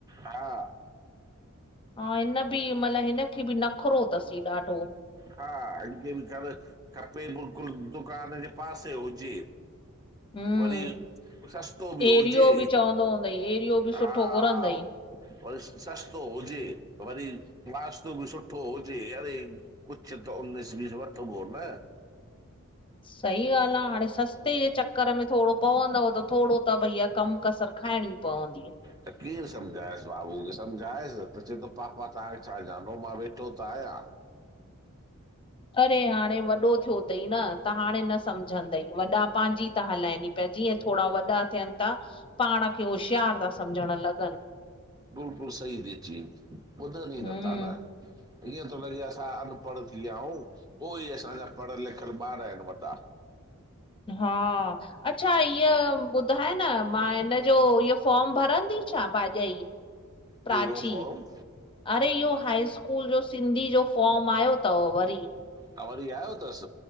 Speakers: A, on the right; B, on the left.
A: हा।
B: हा हिन बि मला हिनखे बि नखरो अथसि ॾाढो?
A: हा इनकरे भी <unintelligible> खपे बिल्कुलु दुकान जे पासे हुजे।
B: हम्म
A: वरी सस्तो बि
B: एरियो
A: हुजे।
B: <inaudible>
A: हा।
B: घुरंदई
A: वरी सस्तो हुजे वरी नास्तो बि सुठो हुजे। अरे। कुछु त उनस बीस वठ बो न।
B: सही ॻाल्हि आहे हाणे सस्ते जे चक्कर में थोरो पवंदव त थोरो त भईया गम कसर खाइणी पवंदी आ।
A: त केइ समझाया बाबू खे समझायसि त चवे थो पापा तव्हांखे छा जानो मां वेठो त आहियां।
B: अरे हाणे वॾो थियो अई न, त हाणे न समझंद, वॾा पंहिंजी। त हलाइन पहीजी पिया जीअं थोरा वॾा थियन था। पाण खे होशियार था समझ न लॻन।
A: बिल्कुल सही थी चयी ॿुधन ई
B: हम्म
A: नथा न। ईअं थो लॻे असां अनपढ़ थी विया आहियूं। उई असांखा पढ़ियल, लिखियल, ॿार ईन वॾा।
B: हा अच्छा इअ ॿुधाए न मां हिनजो इह- - फॉम भरंदी छा भाॼई प्राची।
A: कहिड़ो फॉर्म
B: अरे इहो हाई स्कूल जो सिंधी जो फॉर्म आयो 'त'अथव वरी।
A: हा वरी आयो तस।